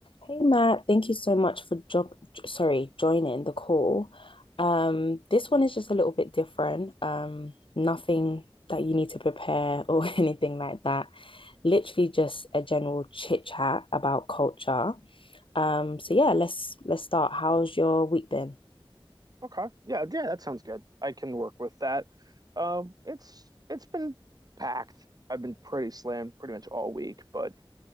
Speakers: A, on the left (about 65°); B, on the right (about 45°).
A: Hey Matt, thank you so much for job, sorry, joining the call. Um, this one is just a little bit different. Um, nothing that you need to prepare or <laughs> anything like that. Literally just a general chit chat about culture. Um, so yeah, let's let's start. How's your week been?
B: Okay. Yeah, yeah, that sounds good. I can work with that. Um, it's it's been packed. I've been pretty slammed pretty much all week, but